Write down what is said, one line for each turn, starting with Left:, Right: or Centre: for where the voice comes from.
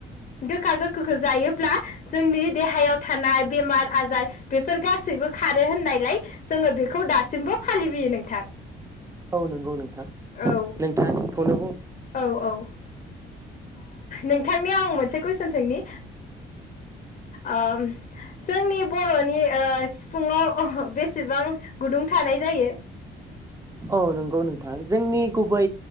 Left: गोखा गोखैखौ जायोब्ला जोंनि देहायाव थानाय बेमार आजार बेफोर गासैबो खारो होननायलाय जोङो बेखौ दासिमबो फालिबोयो नोंथां
Right: औ नंगौ नोंथां
Left: औ
Right: नोंथाङा थिखौनो
Left: औ औ ओ नोंथांनियाव आं मोनसे कुइसन सोंनि ओ जोंनि बर'नि सिफुुङाव अह बेसेबां गुदुं थानाय जायो
Right: औ नंगौ नोंथां जोंनि गुबै